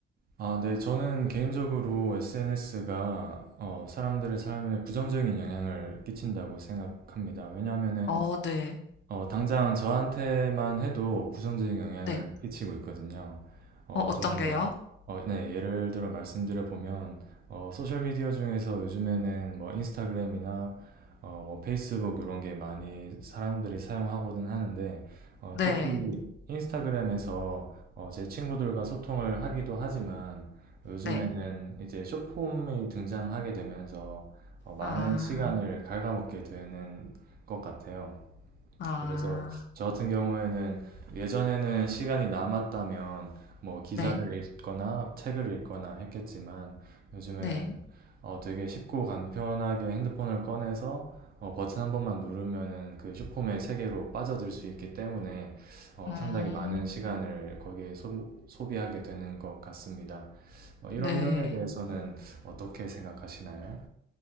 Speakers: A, on the right; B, on the left.
A: 아, 네. 저는 개인적으로 SNS가 사람들의 삶에 부정적인 영향을 끼친다고 생각합니다. 왜냐하면은
B: 어, 네.
A: 어, 당장 저한테만 해도 부정적인 영향을
B: 네.
A: 끼치고 있거든요. 어,
B: 어, 어떤
A: 조금
B: 게요?
A: 더, 어, 네, 예를 들어 말씀드려보면, 어, 소셜미디어 중에서 요즘에는 뭐 인스타그램이나 어, 뭐 페이스북 이런 게 많이 사람들이 사용하거든 하는데, 어,
B: 네.
A: 특히 인스타그램에서 어, 제 친구들과 소통을 하기도 하지만, 요즘에는
B: 네.
A: 이제 숏폼이 등장하게 되면서 어, 많은
B: 아,
A: 시간을 갉아먹게 되는 것 같아요.
B: 아,
A: 그래서 저 같은 경우에는 예전에는 시간이 남았다면 뭐 기사를
B: 네.
A: 읽거나 책을 읽거나 했겠지만 요즘에는
B: 네.
A: 어, 되게 쉽고 간편하게 핸드폰을 꺼내서 어, 버튼 한 번만 누르면은 그 슈퍼맨 세계로 빠져들 수 있기 때문에 어,
B: 음,
A: 상당히 많은 시간을 거기에 소, 소비하게 되는 것 같습니다. 어, 이런
B: 네.
A: 면에 대해서는 어떻게 생각하시나요?